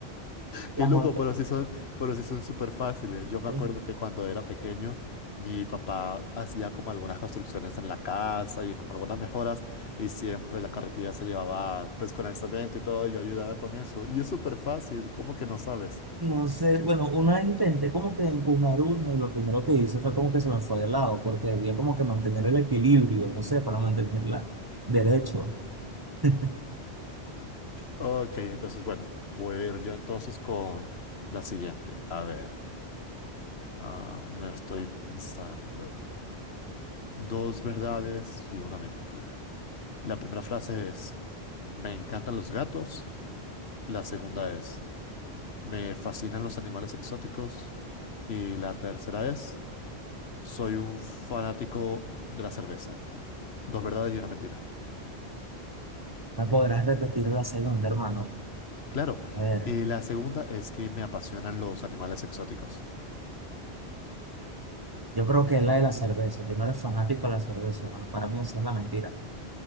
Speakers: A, on the left; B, on the right.
A: Qué
B: Las
A: loco,
B: monta
A: pero sí son, pero sí son súper fáciles. Yo me
B: eh,
A: acuerdo que cuando era pequeño, mi papá hacía como algunas construcciones en la casa y como algunas mejoras, y siempre la carretilla se llevaba pues con el cemento y todo, y yo ayudaba con eso. Y es súper fácil, ¿cómo que no sabes?
B: no sé, bueno, una vez intenté como que empujar uno y lo primero que hice fue como que se me fue de lado, porque debía como que mantener el equilibrio, no sé, para mantenerla derecho. <laughs>
A: Ok, entonces bueno, voy a ir yo entonces con la siguiente. A ver, ah, me estoy pensando. Dos verdades y una mentira. La primera frase es, me encantan los gatos. La segunda es, Me fascinan los animales exóticos. Y la tercera es, soy un fanático de la cerveza. Dos verdades y una mentira.
B: ¿Me podrás repetir la segunda, hermano?
A: Claro.
B: A ver.
A: Y la segunda es que me apasionan los animales exóticos.
B: Yo creo que es la de la cerveza, que no eres fanático de la cerveza, hermano. Para mí esa es la mentira.